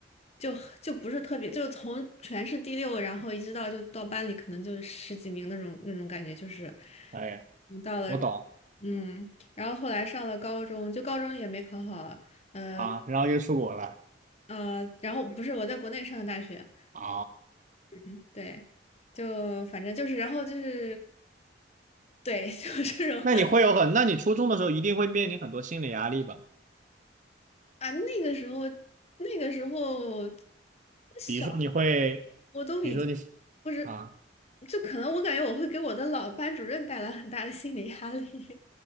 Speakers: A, on the left (about 35°); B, on the right (about 45°).
A: 就就不是特别，就是从全市第六，然后一直到就到班里可能就十几名那种那种感觉，就是
B: 哎呀。
A: 嗯到了
B: 我懂
A: 嗯，然后后来上了高中，就高中也没考好，呃
B: 啊，然后又出国了
A: 呃，然后不是我在国内上的大学，
B: 啊。
A: 嗯，对，就反正就是，然后就是对，<laughs> 就是这种
B: 那你会有很，那你初中的时候一定会面临很多心理压力吧？
A: <laughs> 啊，那个时候那个时候小
B: 比如说你会，
A: 我都已经。
B: 比如说你
A: 不
B: 啊
A: 就可能我感觉我会给我的老班主任带来很大的心理压力。